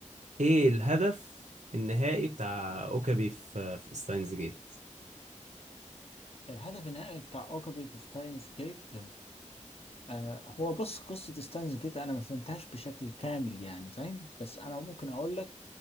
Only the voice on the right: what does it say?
ايه الهدف النهائي بتاع اوكابي في في ستاينز جيت